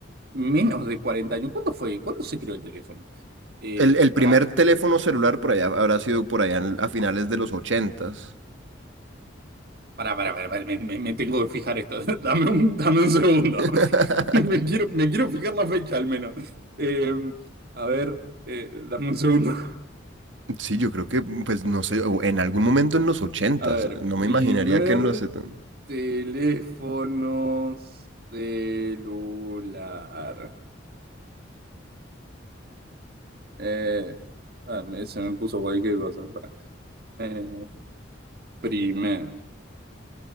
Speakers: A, on the right; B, on the right.
A: menos de 40 años. ¿Cuándo fue? ¿Cuándo se creó el teléfono? Eh,
B: el, el primer
A: pará.
B: teléfono celular por allá habrá sido por allá en- a finales de los ochentas.
A: para para para para me, me- me tengo que fijar esto. <laughs> Dame un, dame un segundo.
B: <laughs>
A: <laughs> Me quiero, me quiero fijar la fecha al menos. Eh, a ver, eh, dame un segundo.
B: Sí, yo creo que, mm, pues no sé, o en algún momento en los ochentas,
A: A ver,
B: no me
A: primer
B: imaginaría que en los seten-
A: teléfono celular. Eh, ah, me- se me puso cualquier cosa. pará. Eh, primer.